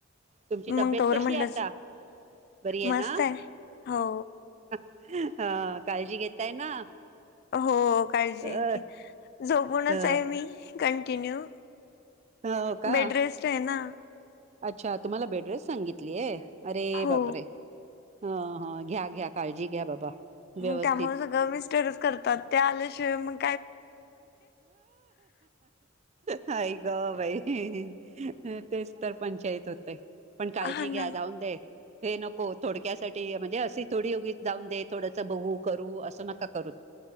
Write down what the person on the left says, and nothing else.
मग तोवर
म्हटलंच
मस्त
हो
हो काळजी
की झोपूनच
आहे मी कार टिन्यू
बेडरेस्ट आहे ना.
हो
मग त्यामुळ सगळं मिस्टरच करतात ते आल्याशिवाय मंग
हा
ना